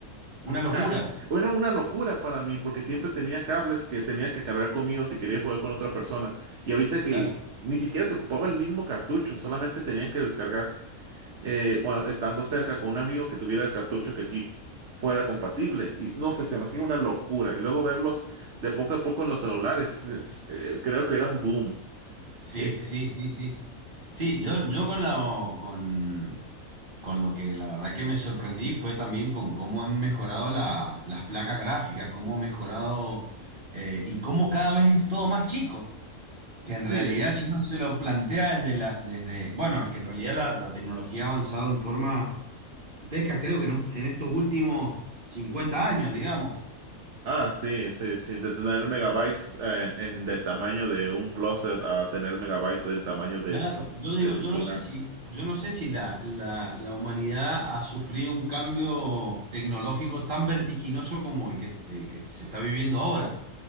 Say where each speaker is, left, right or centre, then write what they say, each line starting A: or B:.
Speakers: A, on the right; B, on the right.
A: una locura,
B: ah, Era una locura para mí porque siempre tenía cables que tenía que cargar conmigo si quería jugar con otra persona. Y ahorita que
A: claro,
B: ni siquiera se ocupaba el mismo cartucho, solamente tenían que descargar eh, cuando- estando cerca con un amigo que tuviera el cartucho que sí fuera compatible. Y no sé, se me hacía una locura. Y luego verlos de poco a poco en los celulares, es- eh, creo que era un boom.
A: sí,
B: Eh, eh,
A: sí, sí, sí. Sí, yo, yo con lo, con, con lo que la verdad que me sorprendí fue también con cómo han mejorado la- las placas gráficas, cómo ha mejorado eh, y cómo cada vez es todo más chico, que en realidad
B: sí,
A: si uno se lo plantea desde la, desde, bueno, es que en realidad la, la tecnología ha avanzado en forma gigantesca, creo que en, un- en estos últimos 50 años, digamos.
B: ah, sí, sí, sí, de tener megabytes en, en- del tamaño de un closet a tener megabytes del tamaño de
A: Claro, yo digo,
B: de tu
A: yo
B: pulgar.
A: no sé si, yo no sé si la, la- la humanidad ha sufrido un cambio tecnológico tan vertiginoso como el que, el que se está viviendo ahora.